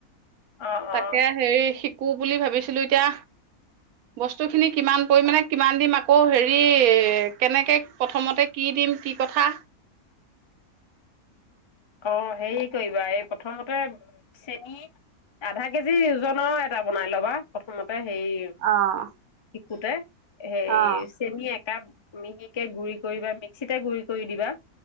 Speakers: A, on the left (about 35°); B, on the right (about 75°).
A: অ
B: তাকে
A: অ
B: হেৰি শি - শিকো বুলি ভাবিছিলো এতিয়া বস্তু খিনি কিমান পৰিমানে কিমান দিম আকৌ হেৰি কেনেকে- প্ৰথমতে কি দিম কি কথা।
A: অঁ হেৰি কৰিবা এই প্ৰথমতে চেনি আধা কেজি ওজনৰ এটা বনাই ল'বা প্ৰথমতে- সেই-
B: অ',
A: কেক -
B: অ'।
A: সেই চেনি - কাপ মিহিকে গুৰি কৰিবা মিক্সিতে গুৰি কৰি দিবা-